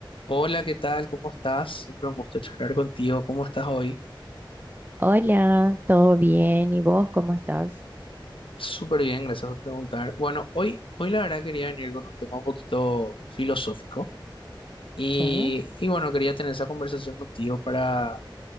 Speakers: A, on the left; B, on the right.
A: Hola, ¿qué tal? ¿Cómo estás? Siempre un gusto charlar contigo. ¿Cómo estás hoy?
B: Hola, ¿todo bien? ¿Y vos cómo estás?
A: Súper bien, gracias por preguntar. Bueno, hoy, hoy la verdad quería venir con un tema un poquito filosófico y,
B: Sí,
A: y bueno, quería tener esa conversación contigo para